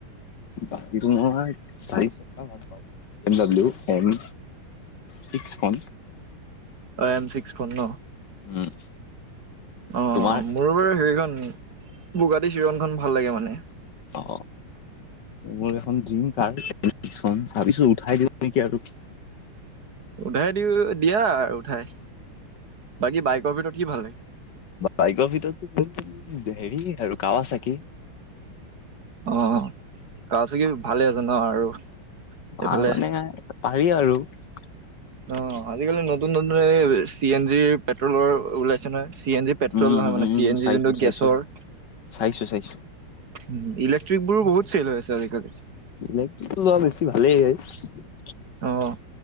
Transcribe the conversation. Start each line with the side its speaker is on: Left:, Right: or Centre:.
Left: বাকী ময় চাৰি-চকীয়া ভাল পাওঁ। বি এম ডাব্লিউ এন ছিক্সখন।
Right: অ এম চিক্স খন ন?
Left: উম
Right: অ'মোৰো
Left: তোমাৰ
Right: বাৰু সেইখন। গুৱাহাটী চিৰনখন ভাল লাগে মানে।
Left: অ মোৰ এখন ডিম কাৰ তাৰপিছত উঠাই দিব নেকি আৰু।।
Right: ৰেদি কৰি দিয়া আৰু। উঠাই বাকী বাইকৰ ভিতৰত কি ভাল লাগে
Left: বাই ভিতৰত। হেৰি আৰু কাৱা চাকি।
Right: অঁ, কাৱাচানি অঁ, ভালে আছে ন আৰু।
Left: ভাল
Right: এইফালে
Left: মানে পাৰি আনুপাতিক আৰু
Right: অ আজিকালি নতুন নতুন এই চি এন জিৰ পেট্ৰলৰ ওলাইছে নহয় চি এন জি পেট্ৰল
Left: উম
Right: নহয় মানে
Left: উম
Right: চি এন
Left: চাইছো
Right: জি যোনটো
Left: চাইছো
Right: গেছৰ
Left: চাইছো চাইছো
Right: উ ইলেক্ট্ৰিক বোৰো বহুত চেল হৈ আছে আজিকালি।
Left: বলেৰু লোৱা বেছি ভালেই হয়
Right: অঁ